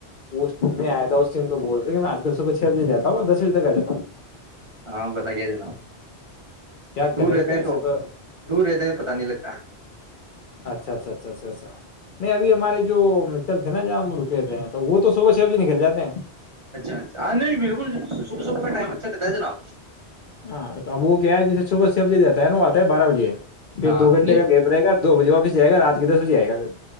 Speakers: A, on the left; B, on the right.
A: اس آئےا اسم تو بول رہے میں آج صبح چھ بجے جاتا ہوں دس بجے تک آ جا ہوں
B: ہاں بتائیے جناب
A: کیا
B: دور
A: کریں
B: رہتے
A: گے پ
B: ہیں
A: ایسے تو
B: دور رہتے ہیں پتہ نہیں لگتا
A: اچھا اچھا اچھا اچھا اچھا نہیں ابھی ہمارے جو تھے نا ج ہم رکے تھے ہیں تو وہ تو صبح چھ بجے نکل جاتے ہیں
B: اچھا اچھا نہیں بالکل صبح صبح کا ٹائم چے تجناب
A: ہاں تو اب وہ کیا ہے جسے صبح چھ بجے جتا ہے ن آتا ہے بارہ بجے پھر
B: ہاں
A: دو گھنٹے
B: نہیں
A: کا گیپ رہے گا دو بجے واپس جائے گا رات کے دس بجے آئے گ سر